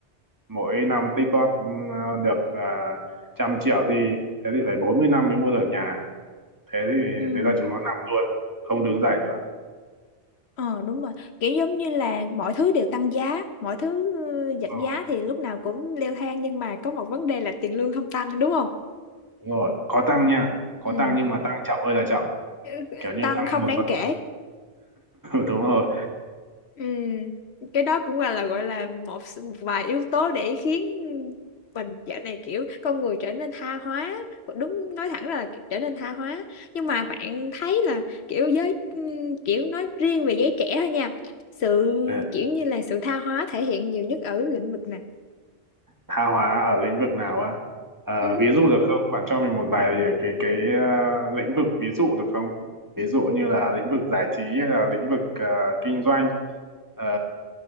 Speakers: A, on the right; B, on the left.
A: mỗi năm tích góp ừm, được uh, trăm triệu thì thế thì phải 40 năm mới mua được nhà thế thì
B: ừ
A: thế là chúng nó nằm luôn không đứng dậy nữa
B: ờ đúng rồi kiểu giống như là mọi thứ đều tăng giá mọi thứ ừ, giảm
A: Ờ,
B: giá thì lúc nào cũng leo thang nhưng mà có một vấn đề là tiền lương không tăng đúng không
A: đúng rồi có tăng nha có
B: ừ
A: tăng nhưng mà tăng chậm ơi là chậm
B: Ừ,
A: kiểu như
B: tăng
A: tăng
B: không
A: một
B: đáng
A: phần
B: kể
A: trăm <laughs> đúng rồi
B: Ừ, cái đó cũng là là gọi là một s- một vài yếu tố để khiến mình dạo này kiểu con người trở nên tha hóa đúng nói thẳng ra là trở nên tha hóa nhưng mà bạn thấy là kiểu giới ừm, kiểu nói riêng về giới trẻ thôi nha sự
A: Ờ,
B: kiểu như là sự tha hóa thể hiện nhiều nhất ở lĩnh vực nào
A: tha hóa ở lĩnh vực nào á Ờ,
B: ừ.
A: ví dụ được không bạn cho mình một vài cái cái ờ, lĩnh vực ví dụ được không ví dụ như là lĩnh vực giải trí hay là lĩnh vực ờ, kinh doanh Ờ,